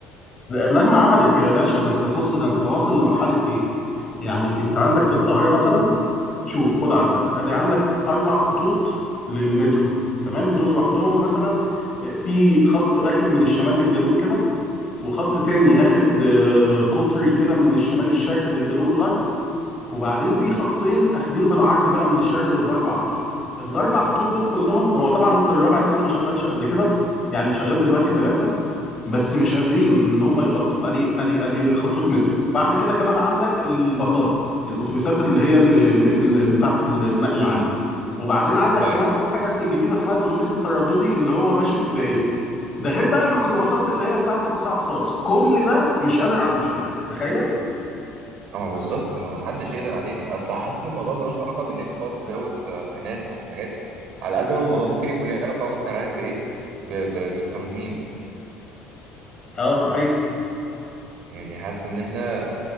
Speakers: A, on the left; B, on the right.
A: مهما عملت يا باشا ده انت بص ده انت واصل لمرحله ايه يعني انت عندك في القاهره مثلا شوف خد عندك ادي عندك اربع خطوط للمترو تمام دول لوحدهم مثلا اه، في خط اخد من الشمال للجنوب كده وخط تاني اخد آه، قطري كده من الشمال الشرق للجنوب الغرب وبعدين في خطين اخدين بالعرض بقى من الشرق للغرب على طول الاربع خطوط دول كلهم هو طبعا الرابع لسه ما اشتغلش قد كده يعني اللي شغال دلوقتي ثلاثه بس مش قادرين ان هم يغطوا ادي ادي ادي خطوط مترو وبعد كده كمان عندك الباصات الاتوبيسات اللي هي اللي اللي بتاعه النقل العام
B: امم
A: وبعدين عندك
B: ايوه
A: كمان في حاجه جديده اسمها الاتوبيس الترددي اللي هو ماشي في الدائري ده غير بقى الميكروباصات اللي هي بتاعه القطاع الخاص كل ده مش قادر على المشكله تخيل
B: اه بالظبط ما حدش يقدر عليها اصل حاسس ان الموضوع ملوش علاقه بان انت تقعد تزود في, في ناس او في حاجات على قد ما الموضوع ممكن يكون ليه علاقه اكتر عارف بايه ب... ب... بالتنظيم
A: اه صحيح
B: يعني حاسس ان احنا